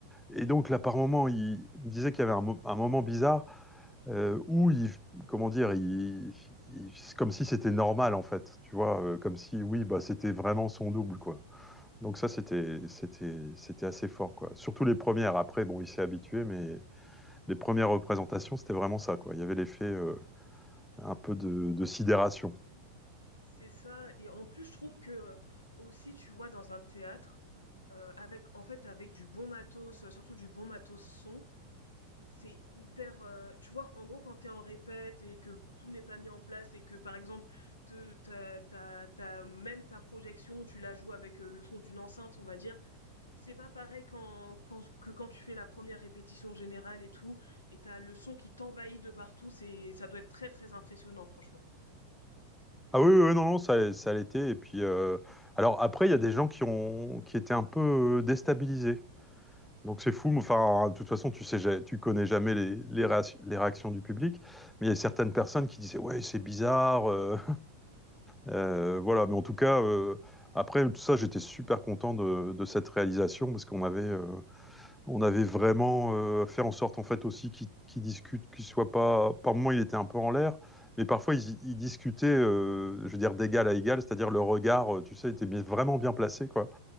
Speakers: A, in the centre; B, on the left.
A: Et donc là par moment il, il me disait qu'il y avait un, mo- un moment bizarre euh, où il comment dire, il, il- c'est comme si c'était normal en fait, tu vois, euh, comme si oui, bah c'était vraiment son double quoi. Donc ça, c'était, c'était, c'était assez fort, quoi. Surtout les premières. Après, bon, il s'est habitué, mais les premières représentations, c'était vraiment ça, quoi. Il y avait l'effet euh, un peu de, de sidération.
B: C'est ça et en plus je trouve que, heu, aussi tu vois dans un théâtre, heu, avec en fait avec du bon matos, heu, surtout du bon matos son, c'est hyper, heu, tu vois en gros quand t'es en répète et que tout n'est pas mis en place et que par exemple te ta ta ta même ta projection tu la joues avec, heu, le son d'une enceinte on va dire, C'est pas pareil quand, quand, que quand tu fais la première répétition générale et tout, et t'as le son qui t'envahit de partout, c'est, ça doit être très très impressionnant, franchement.
A: Ah oui, oui, oui, non, non, ça, ça l'était. Et puis, euh, alors après, il y a des gens qui ont, qui étaient un peu euh, déstabilisés. Donc c'est fou. mais Enfin, de toute façon, tu sais, ja- tu connais jamais les, les, réac- les réactions du public. Mais il y a certaines personnes qui disaient, ouais, c'est bizarre. euh, Euh, voilà, mais en tout cas, euh, après tout ça, j'étais super content de, de cette réalisation parce qu'on avait, euh, on avait vraiment euh, fait en sorte en fait aussi qu'ils qu'ils discutent, qu'ils soient pas. Par moment, il était un peu en l'air, mais parfois ils, ils discutaient, euh, je veux dire d'égal à égal, c'est-à-dire le regard, euh, tu sais, était bien- vraiment bien placé quoi.